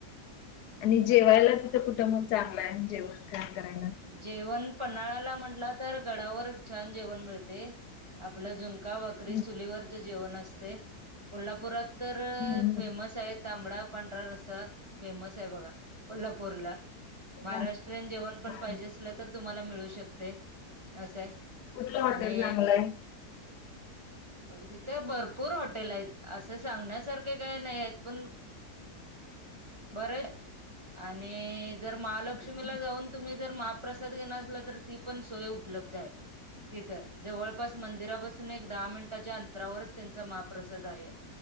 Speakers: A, on the left (about 80°); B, on the right (about 15°).
A: आणि जेवायला तिथं कुठं मग चांगलंय. जेवण तेन करायला.
B: जेवण पन्हाळाला म्हटला तर. गडावर छान जेवण मिळते. आपलं झून का भाकरी.
A: हम्म
B: चुलीवरचे जेवण असते. कोल्हापुरात तर
A: हम्म हम्म.
B: फेमस आहेत. तांबडा पांढरा रसा फेमस आहे बघा. कोल्हापूरला. महाराष्ट्रीयन
A: काय?
B: जेवण
A: आणि
B: पाजे अस तर. तुम्हाला मिळू शकते. असय.
A: कुठलं हॉटेल
B: आणि
A: चांगलं <unintelligible>
B: तिथे भरपूर हॉटेल आहेत. असं सांगण्यासारखे काही नाहीयेत. पण बरेय. आणि जर महालक्ष्मीला
A: आहे?
B: जाऊन तुम्ही. जर महाप्रसाद घेणार असला. तर ती पण सोय उपलब्ध आहे. तिथं. जवळपास मंदिरापासून एक दहा मिनिटाच्या अंतरावरच त्यांचा महाप्रसाद आहे.